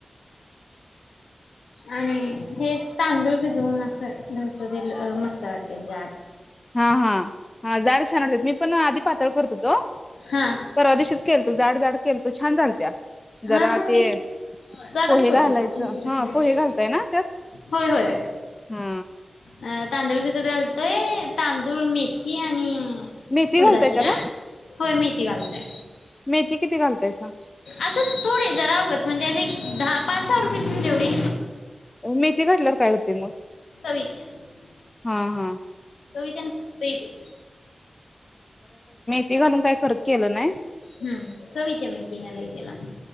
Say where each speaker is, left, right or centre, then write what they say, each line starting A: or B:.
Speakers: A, on the left (about 85°); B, on the left (about 25°).
A: आणि हेच तांदूळ भिजून अस डोसा केल मस्त वाटतय जाड.
B: हा हा हा जाड छान वाटतात मी पण आधी पातळ करत तो
A: हा
B: परवादिवशीच केलंत जाड जाड केलंत छान झालत्या
A: हा
B: जरा
A: मग
B: ते
A: मी जाडच
B: पोहे
A: करतोय
B: घालायच
A: पातळ करत
B: हा
A: नाही
B: पोहे घालताय ना त्यात
A: होय होय
B: हा..
A: अ तांदूळ भिजत घालतोय तांदूळ मेथी आणि
B: मेथी
A: उडदाची
B: घालताय त्याला
A: डाळ होय मेथी घालतोय
B: मेथी किती घालतायसा?
A: असच थोडी जरा उगच म्हणजे एवढी दहा पाच दहा रुपयाची म्हणजे एवढी...
B: मेथी घातल्यावर काय होते मग?
A: <unintelligible>
B: हा हा
A: चव येती न येती
B: ते घालून काय परत केल नाय...
A: हम्म चव येते मेथी ने लय त्याला ह